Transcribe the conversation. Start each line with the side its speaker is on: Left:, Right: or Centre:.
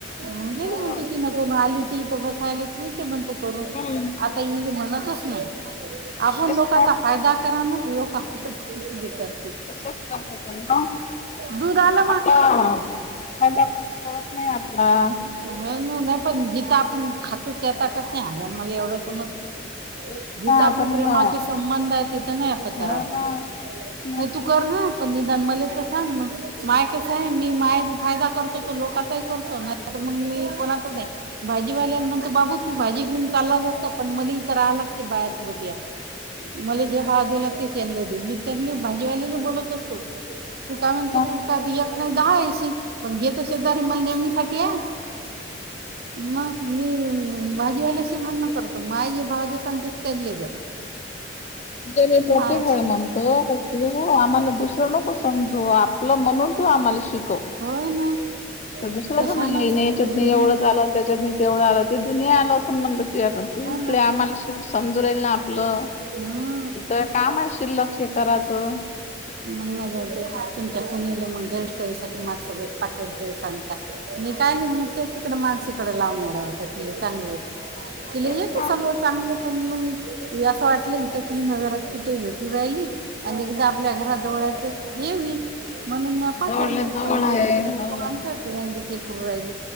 Right: म
Left: हो
Right: तेच म्हणत होती, मधून आली होती इथं बसायला येत नाही ते म्हणत
Left: मग काय झालं?
Right: आता ही म्हणतच नाही, आपण
Left: तेच
Right: लोकांचा
Left: ना
Right: फायदा करा नात लोकं <unintelligible>
Left: तसंच करता त्यांना?
Right: दुधाला
Left: आता फायदा कोणी सोडत नाही आपला.
Right: ह नाही पण जिथं आपण खातो, त्या ताटत नाही हागाव मला एवढं समजलं.
Left: तेच
Right: जिथं
Left: ना
Right: आपलं
Left: आता मी
Right: प्रेमाचे
Left: ना
Right: संबंध आहे, तिथं नाही असं करा
Left: हो
Right: आपण.
Left: ना तेच ना
Right: नाही तू करना, पण निदान मले तर सांगना. माय कसाय मी माय फायदा करतो, तो लोकाचाही करतो ना आता मग मी कोणातच नाही, भाजीवाल्याला म्हणतो बाबू तू भाजी घेऊन चालला जातं, पण मले इथं राहाय लागतं बायासोबत या. फायद्याला तीच आणली होती. <unintelligible> भाजीवालीला बोलतेस तू? तू
Left: तेच
Right: काय म्हणत
Left: ना
Right: तू का एक हाय नाही दहा येशील. पण हे तर शेजारी मल नेहमीसाठी हाय. मग मी भाजीवाल्याशी केव्हा ना करतो. माय जी भावजं सांगते त्याल हे द्या.
Left: मी त्याले प्रत्येक
Right: मायाचा
Left: वेळ म्हणतो, का तू आम्हाला दुसरं नको समजू. आ तुला म्हणून तू आमला शिकव.
Right: होय ना.
Left: तर दुसरंच
Right: तशानच
Left: नाही, हेन याच्यातनं
Right: हम्म
Left: एवढंच आलं आणि त्याच्यातनी तेवढं आलं. ते दुनिया आल असं म्हणलं, तूयापण तू
Right: हो
Left: इकडे
Right: ना
Left: आम्हाला समजू राईल ना आपलं.
Right: हा.
Left: इथं काम असशील, लक्षे कराचं.
Right: मग म म्हणते, तुमच्या सुनीले मग हेअर सटाईलसाठी माझसोबत पाठवत जाऊ सांगता. मी काय नाही. मीतर ते तिकड मानसीकड लावणार आहे वाटतं ती चांगलं तिला
Left: तेच
Right: येतं
Left: ना
Right: सगळं चांगलं पण, मग असं वाटलं इथ तीन हजारात किटे भेटू राहिल आणि एकदा आपल्या घराजवळ याचं हे होईल. म्हणून म्या पाठवलं,
Left: जवळल्या जवळ
Right: पण
Left: आहे
Right: ते
Left: हो
Right: आमच्याच सगळ्यांचीच हे करून राहिली.